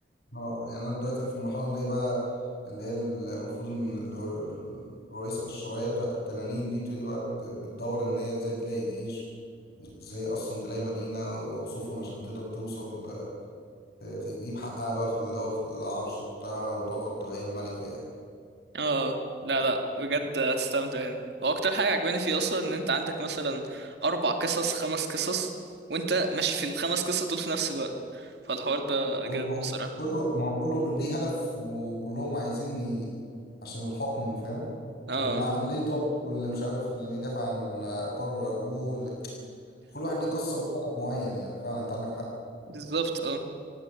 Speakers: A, on the left (about 55°); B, on the right (about 65°).
A: اه يعني انا دلوقتي في المرحله اللي هي بقى اللي هي المفروض ان الور- الوريثه الشرعيه بتاعت التنانين دي بتبتدي بقى بت- بتدور ان هي ازاي تلاقي جيش ازاي اصلا تلاقي مدينه او أو سفن عشان تقدر توصل تجيب حقها بقى في اللي هو في العرش بتاعها وتقعد تبقى هي الملكة يعني
B: <laughs> اه لا لا بجد هتستمتع يعني واكتر حاجة عجباني فيه اصلا ان انت عندك مثلا اربع قصص خمس قصص وانت ماشي في الخمس قصص دول في نفس الوقت فالحوار ده
A: كله
B: جامد
A: ما هو-
B: بصراحة
A: كله ما هو كله ليه هدف وكلهم عايزين ي... عشان الحكم فاهم
B: اه
A: واللي عليه طار واللي مش عارف اللي بيدافع عن طار أبوه واللي... <sniffs> كل واحد ليه قصة وليه هدف معين يعني فعلا أنت عندك حق
B: بالظبط اه